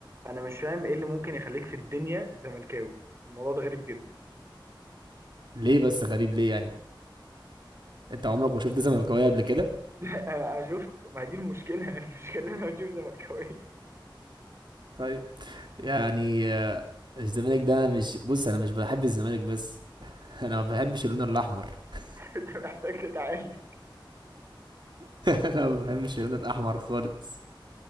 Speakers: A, on the right; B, on the right.
A: انا مش فاهم ايه اللي ممكن يخليك في الدنيا زملكاوي الموضوع ده غريب جدا
B: ليه بس غريب ليه يعني انت عمرك ما شفت زملكاويه قبل كده
A: <laughs> انا أنا شفت ما هي دي المشكله <laughs> المشكله إن انا بشوف زملكاويه <laughs>
B: طيب يعني آه، الزمالك ده أنا مش بص انا مش بحب الزمالك بس <laughs> انا ما بحبش اللون الاحمر <laughs>
A: انت محتاج تتعالج
B: انا ما بحبش اللون الاحمر خالص